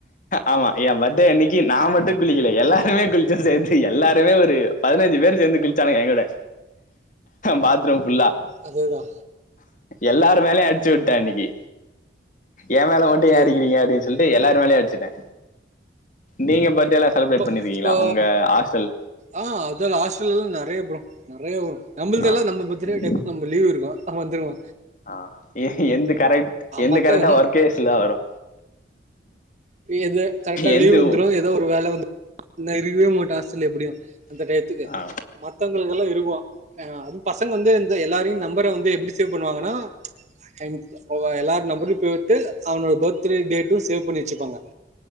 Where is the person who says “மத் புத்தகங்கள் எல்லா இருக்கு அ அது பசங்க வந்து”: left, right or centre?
Right